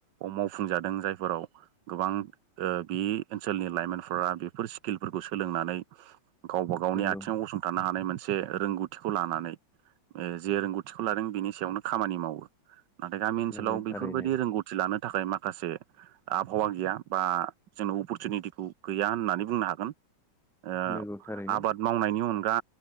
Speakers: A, on the right; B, in the centre.
A: अ मावफुंजादों जायफोराव गोबां ओ बि ओनसोलनि लाइमोनफोरा बेफोर स्किलफोरखौ सोलोंनानै गावबा गावनि
B: नंगौ
A: आथिङाव गसंथानो हानाय मोनसे रोंगौथिखौ लानानै ओ जे रोंगौथिखौ लादों बिनि सायावनो खामानि मावो नाथाय गामि ओनसोलाव
B: नंगौ
A: बेफोरबायदि
B: थारैनो
A: रोंगौथि लानो थाखाय माखासे आबहावा गैया बा जोंनो अपरसुनिटिखौ गैया होननानै बुंनो हागोन ओ
B: नंगौ थारैनो
A: आबाद मावनायनि अनगा